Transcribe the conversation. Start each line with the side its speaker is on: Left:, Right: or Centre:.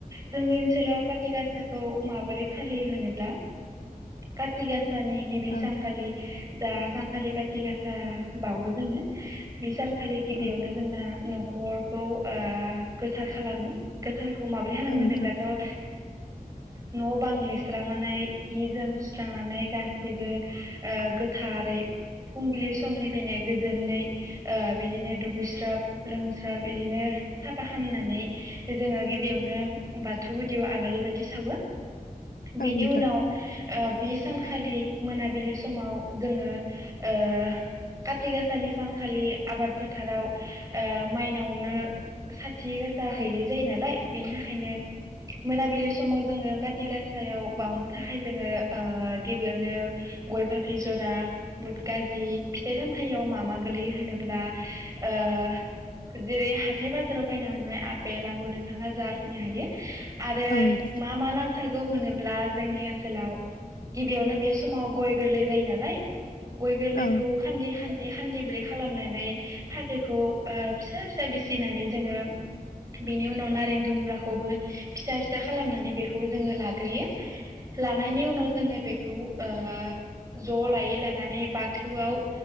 Right: जोंनि ओनसोलाव काटि गासाखौ माबोरै फालियो होनोब्ला काति गास साननि गिबि
Left: औ
Right: सानखालि जा सानखाालि खाथि गासा बावो <unintelligible> आरो गिबियावनो
Left: औ
Right: जोंना न खरखौ ओ गोथार खालामो गोथार खौ माबोरै हालाम
Left: औ
Right: होनोब्लाथ'
Left: नोंथां
Right: ओ न बां लिरस्रांनानै हि जोम सुस्रांनानै गासैबो ओ गोथारै फुंबिलि समनिफ्रायनो गो जोननै ओ बिदिनो दुगैस्राब लोंस्राब इदिनो साफा खामनानै जोङो गिबियावनो बाथौ गुदियाव आलारि बाथि सावो।
Left: औ
Right: बेनि
Left: नोंथां
Right: उनाव ओ बे सानखालि मोनाबिलि समाव जोङो ओ काथ खाथि गाासानि सानखालि आबाद फोथाराव ओ माइनावनो साथि गासा हैनाय जायो नालाय बेनि थाखायनो मोनाबिलि समाव जोङो काथि गासायाव बाउनो थाखाय जोङो ओ गिबियावनो गय फाथै जरा बुद गाजि फिथाइ साम थायाव मा मा गोलैयो होनोब्ला ओ जेरै हाथाय बाजाराव बायना मोननाय आपेल आंगुर नोंथाङा जाखिनि हायो आरो
Left: औ नोंथां
Right: मा मा नां सारगौ होनोब्ला जोंनि ओनसोलाव गिबियावनो बे समाव गय गोरलै जायो नालाय। गय गोरलैखौ
Left: औ नोंथां
Right: खान्दि खान्दिब्रै खालामनानै फाथैखौ ओ फिसा फिसा बिसिनानै जोङो बिनि उनाव नारें दुम्ब्राखौबो फिसा फिसा खालामनानै बेखौ जोङो लाग्रोयो लानायनि उनाव जोङो बेखौ ओ ज लायै लानानै बाथौआव